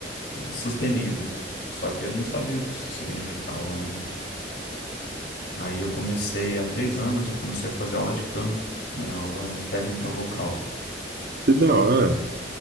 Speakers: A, on the left (about 85°); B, on the right (about 55°).
A: sustenido. Só que eu não sabia o que isso significava, né? Aí eu comecei, há três anos, eu comecei a fazer aula de canto, né? Aula de técnica vocal.
B: Que da hora.